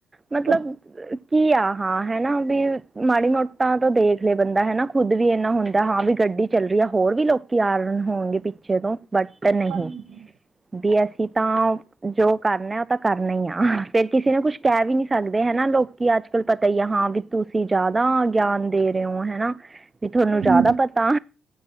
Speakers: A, on the right; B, on the right.
A: ਮਤਲਬ
B: ਅੱਛਾ
A: ਕੀ ਆ ਹਾਂ ਹਨਾ ਵੀ ਮਾੜੀ ਮੋਟਾਂ ਤੋਂ ਦੇਖ ਲਏ ਬੰਦਾ ਹਨਾ ਖੁਦ ਵੀ ਇੰਨਾ ਹੁੰਦਾ ਹਾਂ, ਵੀ ਗੱਡੀ ਚੱਲ ਰਹੀ ਹੈ, ਹੋਰ ਵੀ ਲੋਕੀ ਆ ਰਹੇ ਹੋਣਗੇ, ਪਿੱਛੇ ਤੋਂ ਬਟ ਨਹੀਂ,
B: ਹਾਂਜੀ
A: ਵੀ ਅਸੀਂ ਤਾਂ ਜੋ ਕਰਨਾ ਉਹ ਤਾਂ ਕਰਨਾ ਹੀ ਆ‌, ਫੇਰ ਕਿਸੇ ਨੂੰ ਕੁੱਛ ਕਹਿ ਵੀ ਨੀ ਸਕਦੇ ਹਨਾ ਲੋਕ ਅੱਜ ਕੱਲ ਪਤਾ ਹੀ ਆ ਹਾਂ ਵੀ ਤੁਸੀਂ ਜ਼ਿਆਦਾ ਗਿਆਨ ਦੇ ਰਹੇ ਹੋ ਹਨਾ। ਵੀ ਤੁਹਾਨੂੰ
B: ਹਾਂਜੀ
A: ਜ਼ਿਆਦਾ ਪਤਾ